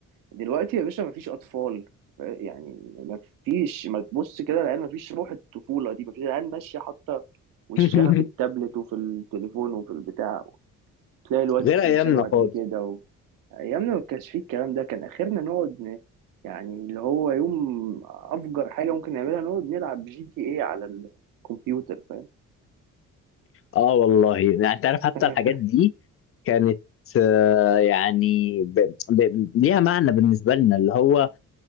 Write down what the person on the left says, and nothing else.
<laughs>
غير أيامنا
خالص
اه والله يعني انت عارف حتى
الحاجات دي كانت آه، يعني ب... ب... ليها معنى بالنسبة لنا اللي هو